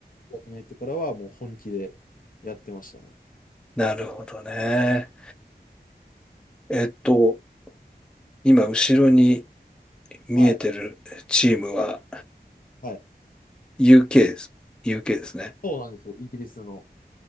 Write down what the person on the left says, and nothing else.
高校に入ってからはもう本気でやってましたね。
はい。はい。
そうなんですよ。イギリスの、